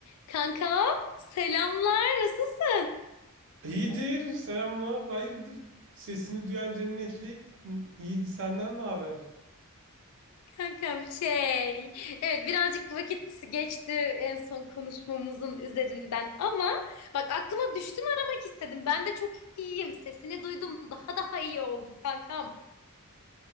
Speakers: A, on the left (about 80°); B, on the right (about 60°).
A: Kanka selamlar nasılsın
B: İyidir, selamlar, hayırdır? Sesini duyan cennetlik. N- İyidir, senden ne haber?
A: kankam şey evet birazcık vakit geçti en son konuşmamızın üzerinden ama bak aklıma düştün aramak istedim ben de çok iyiyim sesini duydum daha daha iyi oldum kankam